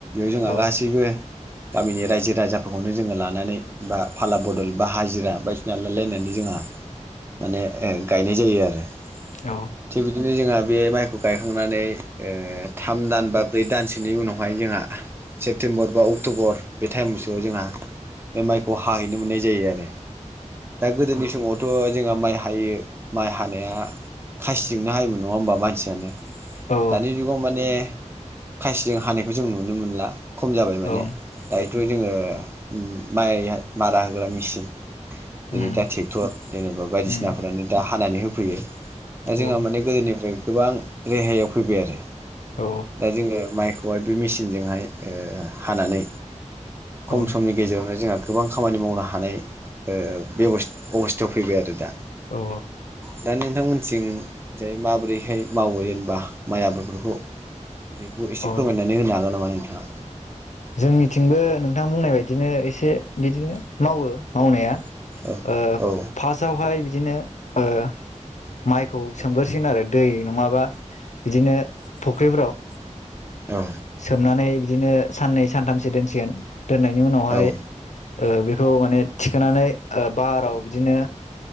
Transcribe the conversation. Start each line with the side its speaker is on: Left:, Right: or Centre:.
Right: जोंहा
Left: औ
Right: गासैबो गामिनि रायजो राजाफोरखौनो जोङो लानानै बा फाला बदल बा हाजिरा बायदिसिना लालायनानै जोंहा माने गायनाय जायो आरो
Left: ओ
Right: थिग बिदिनो जोंहा बे माइखौ गायखांनानै ओ थाम दानबा ब्रै दानसेनि उनावहाय जोंहा सेप्तेम्बर बा अक्ट'बर बे टाइमसोआव जोंहा बे माइखौ हाहैनो मोननाय जायो आरो दा गोदानि समाव थ' जोंहा माइ हायो माइ हानाया खासिजोंनो हायोमोन नङा होमबा मानसियानो
Left: ओ औ
Right: दानि जुगाव माने खासिजों हानायखौ जों नुनो मोनो ला खम जाबाय माने
Left: ओं
Right: दा दाथु जोङो माइ मारा होग्रा मेसिन जेरै
Left: उम
Right: दा ट्रेक्टर जेनेबा बायदिसिनाफ्रानो
Left: उम
Right: दा हानानै होफैयो दा
Left: औ
Right: जोंहा माने गोदोनिफ्राय गोबां रेहायाव फैबाय आरो
Left: औ
Right: दा जोङो माइखौ खौहाय बे मेसिनजोंहाय ओ हानानै खम
Left: ओं
Right: समनि गेजेरावनो जोंहा गोबां खामानि मावनो हानाय ओ बे अबस्थायाव फैबाय आरो दा
Left: औ
Right: दा नोंथांमोनथिं जाय माबोरैहाय मावो जेनेबा माइ आबादफोरखौ बेखौ एसे
Left: अ
Right: फोरमायनानै होनो हागोन नामा नोंथाङा
Left: जोंनिथिंबो नोंथां बुंनाय बायदिनो एसे बिदिनो मावो मावनाया
Right: औ
Left: ओ
Right: औ
Left: फासावहाय बिदिनो ओ माइखौ सोमगोरोसिगोन आरो दै नङाबा बिदिनो फख्रिफ्राव
Right: औ
Left: सोमनानै बिदिनो साननै सानथामसो दोनसिगोन दोननायनि उनावहाय
Right: औ
Left: ओ बेखौ माने थिखोनानै ओ बाराव बिदिनो